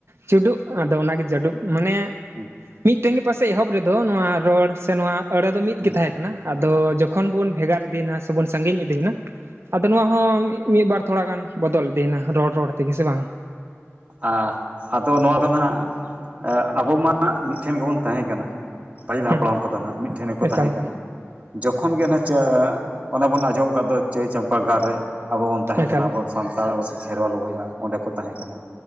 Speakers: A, on the right; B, on the right.
A: ᱪᱩᱰᱩᱜ ᱟᱫᱚ ᱚᱱᱟᱜᱮ ᱡᱟᱰᱩᱵ ᱢᱟᱱᱮ
B: ᱦᱩᱸ
A: ᱢᱤᱫ ᱛᱮᱝ ᱜᱮ ᱯᱟᱥᱮᱡ ᱮᱦᱚᱵ ᱨᱮᱫᱚ ᱱᱚᱣᱟ ᱨᱚᱲ ᱥᱮ ᱱᱚᱣᱟ ᱟᱹᱲᱟᱹ ᱫᱚ ᱢᱤᱫ
B: ᱦᱩᱸ
A: ᱜᱮ ᱛᱟᱦᱮᱸ ᱟᱫᱚ ᱡᱚᱠᱷᱚᱱ ᱵᱚᱱ ᱵᱷᱮᱜᱟᱨ ᱤᱫᱤᱭᱱᱟ ᱥᱮᱵᱚᱱ ᱥᱟᱺᱜᱤᱧ ᱤᱫᱤᱭᱱᱟ ᱟᱫᱚ ᱱᱚᱣᱟ ᱦᱚᱸ ᱢᱤᱫ ᱵᱟᱨ ᱛᱷᱚᱲᱟ ᱜᱟᱱ ᱵᱚᱫᱚᱞ ᱤᱫᱤᱭᱱᱟ ᱨᱚᱲ ᱨᱚᱲ ᱛᱮᱜᱮ ᱥᱮ ᱵᱟᱝ
B: ᱟ ᱟᱫᱚ ᱱᱚᱣᱟ ᱫᱚ ᱱᱟᱜ ᱟᱵᱚ ᱢᱟᱦᱟᱜ ᱢᱤᱫᱴᱷᱮᱱ ᱜᱮᱵᱚᱱ ᱛᱟᱦᱮᱸ ᱠᱟᱱᱟ ᱯᱟᱹᱦᱤᱞ
A: ᱦᱮᱸ
B: ᱦᱟᱯᱲᱟᱢ ᱠᱚᱫᱚ ᱱᱟᱸᱜ ᱢᱤᱫ ᱴᱷᱮᱱ ᱜᱮᱠᱚ
A: ᱮᱠᱟᱞ
B: ᱛᱟᱦᱮᱸ ᱠᱟᱱᱟ ᱡᱚᱠᱷᱚᱱ ᱜᱮᱱᱟ ᱡᱟ ᱚᱱᱟ ᱵᱚᱱ ᱟᱸᱡᱚᱢ ᱠᱟᱜ ᱫᱚ ᱪᱟᱹᱭ ᱪᱟᱢᱯᱟ ᱜᱟᱲ ᱨᱮ ᱟᱵᱚ ᱵᱚᱱ ᱛᱟᱦᱮᱸᱠᱟᱱᱟ
A: ᱮᱠᱟᱞ
B: ᱵᱚᱱ ᱥᱟᱱᱛᱟᱲ ᱟᱵᱚ ᱥᱮ ᱠᱷᱮᱨᱣᱟᱞ ᱵᱚᱭᱦᱟ ᱚᱸᱰᱮ ᱠᱚ ᱛᱟᱦᱮᱸ ᱠᱟᱱᱟ